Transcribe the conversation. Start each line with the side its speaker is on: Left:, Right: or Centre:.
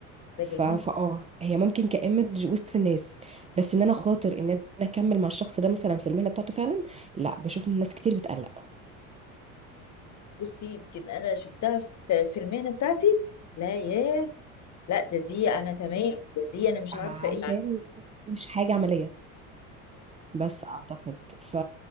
Left: ده
Right: ف...
Left: جميل
Right: فاه هي ممكن كإيمج وسط الناس بس ان انا خاطر ان انا اكمل مع الشخص ده مثلا في المهنة بتاعته فعلا لا بشوف ان الناس كتير بتقلق
Left: بصي يمكن انا شفتها في في المهنه بتاعتي لا ياه لا ده دي انا تمام ده دي انا مش
Right: عشان
Left: عارفه ايه
Right: مش حاجة عملية بس اعتقد ف